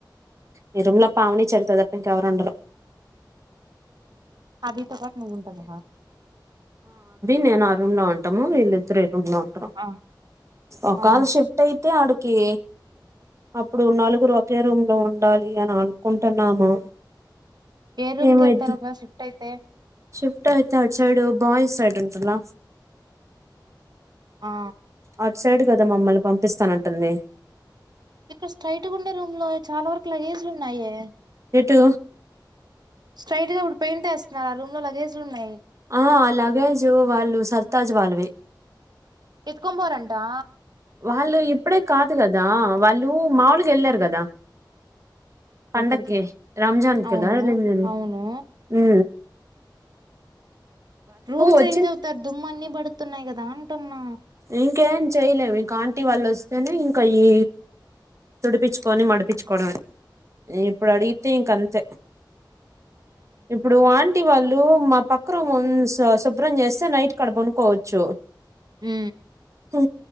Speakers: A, on the right; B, on the right.
A: నిరుముల పావుని చరిత్రద పంక ఎవరండరు
B: అభి త పాట్ నువుంట బ
A: నే ఆ రూమ్ లో ఉంటాము వీళ్ళిద్దరు రూ లో ఉంటా
B: ఆ
A: ఒకళ
B: ఆహా
A: షిఫ్ట్ అయితే కి అప్పుడు నలుగురు ఒకే రూమ్ లో ఉ ఉండాలి అని అనుకుంటున్నాము
B: ఏ రూమ్
A: ఏమైద్దో
B: కి వెళ్తారు ఒకవేళ రూమ్ షిఫ్ట్ అయితే
A: షిఫ్ట్ అయితే అడ్ సైడ్ బయ్స్ సైడ్ ఉంటల
B: ఆ
A: అటు సైడ్ కదా మమ్మల్ని పంపిస్తానంటుంది
B: ఇక్కడ స్ట్రైట్గా ఉండే రూమ్ లో చాలా వరకు లగేజ్లు ఉన్నాయే
A: ఎటు
B: స్ట్రైట్ గా ఇప్పుడు పాయింటే ఆ రూమ్ లో లగేజ్లు ఉన్నాయి
A: ఆ లాగేజ్ వాళ్ళు సర్తాజ్ వాళ్ళవి
B: ఎత్తుకోం పోరంటా
A: వాళ్ళు ఇప్పుడే కాదు కదా వాళ్ళు మాములుగా వెళ్ళారు కదా పండక్కి
B: ఎక్కడికి
A: రంజాన్ కి
B: అవును
A: కదా ఎల్లిండేది
B: అవును
A: ఊ
B: రూమ్ చేంజ్
A: వచ్చి
B: అవుతారు దుమ్ము అన్ని పడుతున్నాయి కదా అంటున్నా
A: ఇంకేం చెయలేము ఇంకా ఆంటీ వాళ్ళు వస్తేనే ఇంకా ఈ తుడిపచ్చుకొని మడిపించుకోవడమే ఇప్పుడు అడిగితే ఇంక అంతే ఇప్పుడు ఆంటి వాళ్ళు డు మా పక్క రూమ్ శుభ్రం చేస్తే నైట్కి అడా పనుకోవచ్చు
B: ఉ
A: హు